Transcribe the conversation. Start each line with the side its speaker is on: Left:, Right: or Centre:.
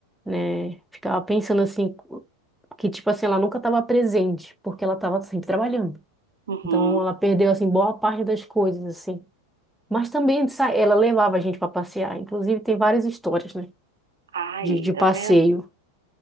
Centre: né? Ficava pensando assim, que tipo assim, ela nunca estava presente, porque ela estava sempre trabalhando.
Right: Uhum.
Centre: Então ela perdeu, assim, boa parte das coisas, assim. Mas também sa- ela levava a gente para passear. Inclusive, tem várias histórias, né?
Right: Aí,
Centre: De, de passeio.
Right: tá vendo?